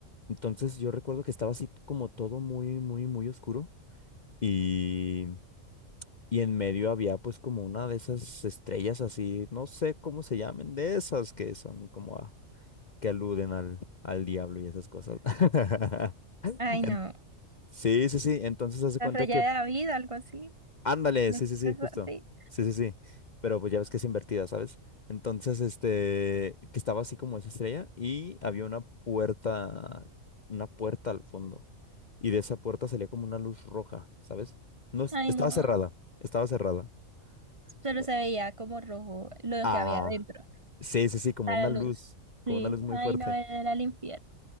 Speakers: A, on the left; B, on the right.
A: Entonces yo recuerdo que estaba así como todo muy, muy, muy oscuro y, y en medio había pues como una de esas estrellas así, no sé cómo se llamen, de esas que son como a- que aluden al, al diablo y esas cosas. <laughs>
B: Ay,
A: En-
B: no.
A: sí, sí, sí. Entonces hace cuenta
B: La raya
A: que
B: de David, algo así.
A: Ándale,
B: No,
A: sí, sí, sí,
B: eso
A: justo.
B: así.
A: Sí, sí, sí. Pero pues ya ves que es invertida, ¿sabes? Entonces, este, que estaba así como esa estrella y había una puerta, una puerta al fondo. Y de esa puerta salía como una luz roja, ¿sabes? No, es-
B: Ay,
A: estaba
B: no.
A: cerrada, estaba cerrada.
B: Solo
A: Eh,
B: se veía como rojo lo
A: Ah,
B: que había dentro,
A: sí, sí, sí, como
B: a
A: una
B: la luz.
A: luz, como
B: Sí,
A: una luz muy
B: ay,
A: fuerte.
B: no, era el infierno.